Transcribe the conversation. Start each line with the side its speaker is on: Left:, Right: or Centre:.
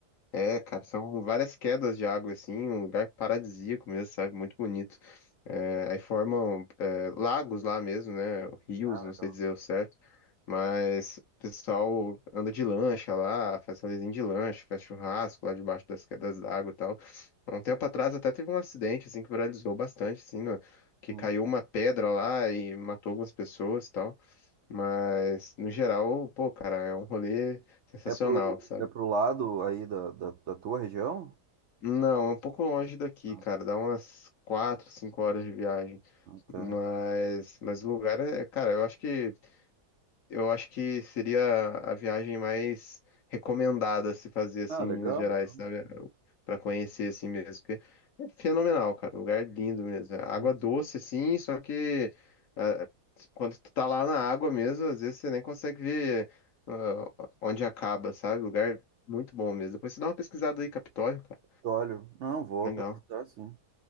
Left: É, cara, são várias quedas de água, assim, um lugar paradisíaco mesmo, sabe? Muito bonito. É, aí formam, é, lagos lá mesmo, né? Rios,
Right: Ah,
Left: não
Right: legal.
Left: sei dizer o certo. Mas o pessoal anda de lancha lá, faz rolezinho de lancha, faz churrasco lá debaixo das quedas d'água e tal. Há Um tempo atrás até teve um acidente, assim, que viralizou bastante, assim, no- que
Right: Hum.
Left: caiu uma pedra lá e matou algumas pessoas e tal. Mas, no geral, pô, cara, é um rolê sensacional,
Right: É pro,
Left: sabe?
Right: é pro lado aí da, da, da tua região?
Left: Não, é um pouco longe daqui,
Right: Ah,
Left: cara. Dá umas quatro, cinco horas de viagem.
Right: tá.
Left: Mas, mas o lugar é, cara, eu acho que eu acho que seria a viagem mais recomendada a se fazer assim
Right: Ah,
Left: em
Right: legal,
Left: Minas Gerais,
Right: então.
Left: sabe? Pra conhecer assim mesmo, porque é fenomenal, cara. Um lugar é lindo mesmo. É água
Right: Sim.
Left: doce assim, só que ah, quando tu tá lá na água mesmo, às vezes você nem consegue ver ah, onde acaba, sabe? Lugar é muito bom mesmo. Depois você dá uma pesquisada aí, Capitólio, cara.
Right: Olha, não, vou
Left: Legal.
Right: pesquisar sim.